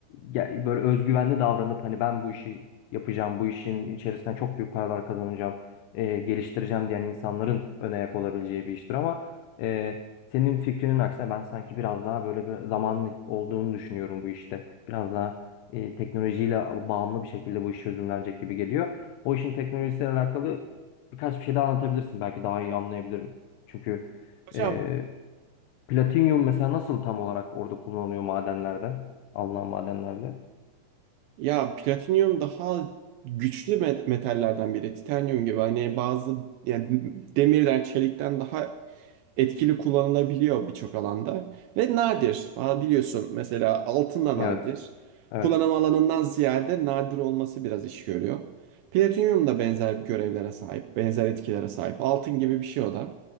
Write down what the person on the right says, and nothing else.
Hocam
Ya platinyum daha güçlü met- metallerden biri. Titanyum gibi hani bazı yani demirden, çelikten daha etkili kullanılabiliyor birçok alanda. Ve nadir. Aa, Biliyorsun mesela altın da
nadir.
Kullanım alanından ziyade nadir olması biraz iş görüyor. Platinyum da benzer görevlere sahip, benzer etkilere sahip. Altın gibi bir şey o da